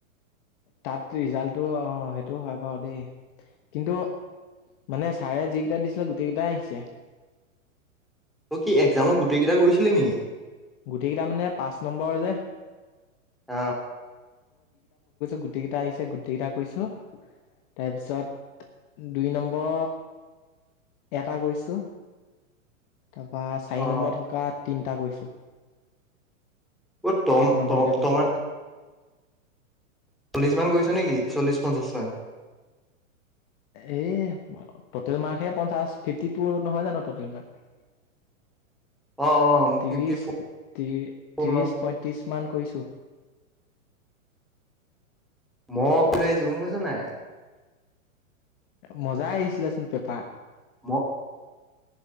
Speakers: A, on the left; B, in the centre.
A: তাত ৰিজাল্টটো অ সেইটো হয় বাৱ দেই কিন্তু মানে ছাৰে যিকেইটা দিছিলে গোটেই কেইটাই আহিছে।
B: তই কি এক্জামত গোটেই কেইটা কৰিছিলি নেকি?
A: গোটেই কেইটা মানে পাঁচ নম্বৰ যে
B: অ
A: গোটেইকেইটা কৰিছো তাৰপিছত দুই নম্বৰ এটা কৰিছোঁ তাৰপৰা চাৰি
B: অ
A: নম্বৰত থকা তিনটা কৰিছোঁ
B: <unintelligible>
A: নম্বৰ কেইটা কৰিছো
B: চল্লিশ মান গৈছে নেকি চল্লিশ পঞ্চাশ মান
A: এই টটেল মাৰ্ক হে পঞ্চাছ ফিফটি টু নহয় জানো টটেল মাৰ্ক
B: অ অ
A: ত্ৰিশ
B: ফিফটি
A: ত্ৰিশ
B: ফৰ অ
A: পঁয়ত্ৰিশ মান কৰিছোঁ
B: মো কৰি থৈ আহিছো গম পাইছা নাই।
A: মজাই আহিছিলেচোন পেপা।
B: মো